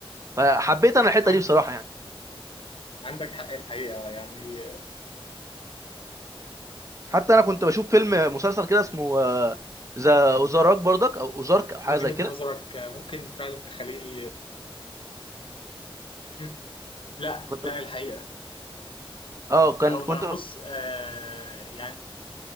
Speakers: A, on the right; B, on the left.
A: فحبيت انا الحته
B: عندك
A: دي بصراحه يعني
B: عندك حق الحقيقه يعني
A: حتى انا كنت بشوف فيلم مسلسل كده اسمه آه، ذا اوزارك برضك او اوزارك او حاجه
B: وجهه
A: زي كده
B: نظرك ممكن فعلا تخليني مم. لا
A: كنت
B: لا
A: بش...
B: الحقيقه
A: اه كان
B: هو
A: كنت
B: بص آه يعني